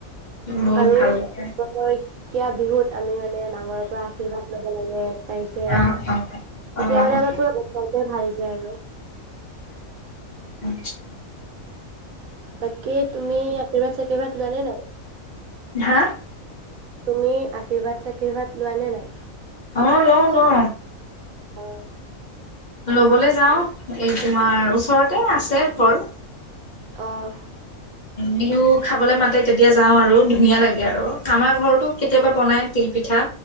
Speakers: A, on the left; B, on the right.
A: বহুত
B: আৰু
A: ভাল লাগে
B: এই কয় <unintelligible> বিহুত আমি মানে ডাঙৰৰ পৰা আশীৰ্বাদ লব লাগে এক তাৰিখে
A: অ
B: কেতিয়া
A: অ অ
B: মানে আমাৰ প তে ভাল যায় আৰু
A: উম <unintelligible>
B: বাকী তুমি আশীৰ্বাদ চাকিবাদ লোৱা নে নাই
A: হা
B: তুমি আশীৰ্বাদ চশীৰ্বাদ লোৱা নে নাই
A: অহ লও লও
B: অ
A: লবলৈ যাওঁ এই তোমাৰ ওচৰতে আছে ঘৰ
B: অঁ
A: বিহু খাবলৈ মাতে তেতিয়া যাও আৰু ধুনীয়া লাগে আৰু আমাৰ ঘৰতো কেতিয়াবা বনাই তিল পিঠা